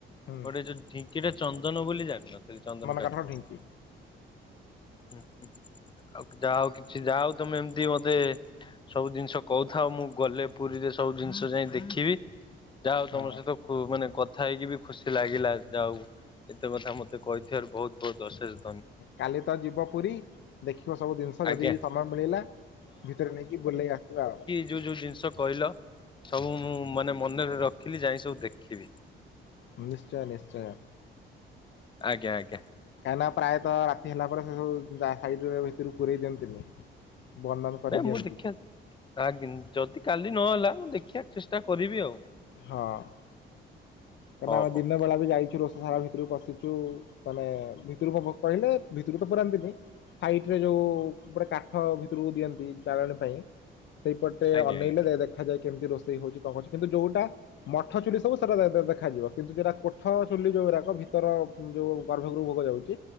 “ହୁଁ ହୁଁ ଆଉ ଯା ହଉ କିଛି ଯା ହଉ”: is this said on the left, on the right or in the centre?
Left